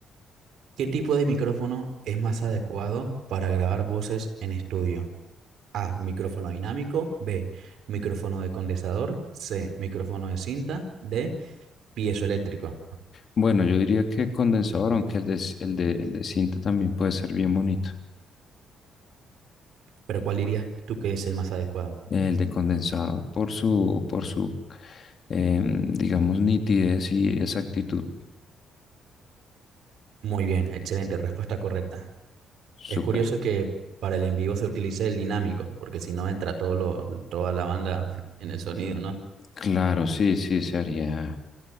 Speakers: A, on the right (about 75°); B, on the left (about 50°).
A: ¿Qué tipo de micrófono es más adecuado para grabar voces en estudio? A, micrófono dinámico. B, micrófono de condensador. C, micrófono de cinta. D, piezoeléctrico.
B: Bueno, yo diría que condensador, aunque el de, c- el de, el de cinta también puede ser bien bonito.
A: Pero ¿cuál dirías tú que es el más adecuado?
B: El de condensador por su, por su, em, digamos, nitidez y exactitud.
A: Muy bien, excelente, respuesta correcta.
B: Súper.
A: Es curioso que para el en vivo se utilice el dinámico, porque si no entra todo lo, toda la banda en el sonido, ¿no?
B: Claro, sí, sí, sería